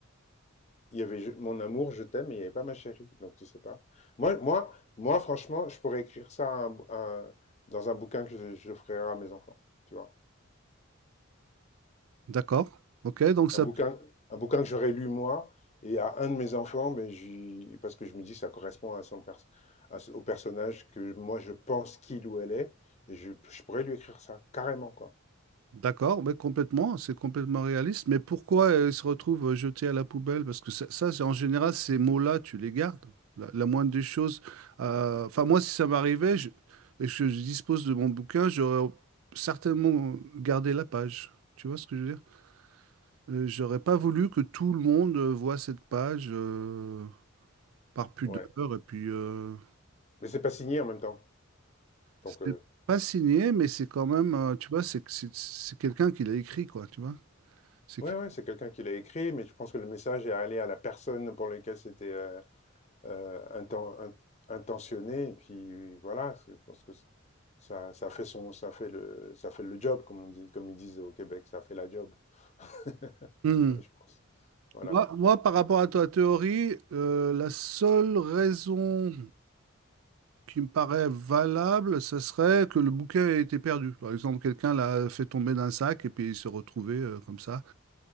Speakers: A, on the left (about 35°); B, on the right (about 80°).
A: Il y avait je- mon amour, je t'aime, mais il n'y avait pas ma chérie. Donc tu sais pas. Moi, moi, moi franchement, je pourrais écrire ça à un bou- à un- dans un bouquin que je, je ferai à mes enfants. Tu vois.
B: D'accord. Ok, donc ça,
A: Un bouquin, un bouquin que j'aurais lu moi et à un de mes enfants, ben, j'y- parce que je me dis que ça correspond à son pers- à ce- au personnage que moi je pense qu'il ou elle est, et je, je pourrais lui écrire ça carrément quoi.
B: d'accord, mais complètement, c'est complètement réaliste. Mais pourquoi euh, ils se retrouvent euh, jetés à la poubelle? Parce que ça, ça, c'est en général, ces mots-là, tu les gardes. La, la moindre des choses. euh, Enfin, moi, si ça m'arrivait, je- et que je dispose de mon bouquin, j'aurais certainement gardé la page. Tu vois ce que je veux dire? Euh, J'aurais pas voulu que tout le monde euh, voit cette page euh, par pudeur.
A: Ouais.
B: Et puis, euh,
A: Mais c'est pas signé en même temps. Donc
B: c'est
A: euh,
B: pas signé, mais c'est quand même, euh, tu vois, c'est c'est- c'est quelqu'un qui l'a écrit, quoi. Tu vois? C'est
A: ouais
B: que-
A: ouais, c'est quelqu'un qui l'a écrit, mais je pense que le message est allé à la personne pour laquelle c'était euh, euh, inten- int- intentionné, et puis voilà. c'est- Je pense que c'est- ça, ça fait son, ça fait le, ça fait le job comme on dit, comme ils disent au Québec, ça fait la job. <laughs>
B: Hmm.
A: Ouais, je pense. Voilà.
B: Moi, moi, par rapport à ta théorie, euh, la seule raison qui me paraît valable, ce serait que le bouquin ait été perdu. Par exemple, quelqu'un l'a fait tomber d'un sac et puis il s'est retrouvé euh, comme ça.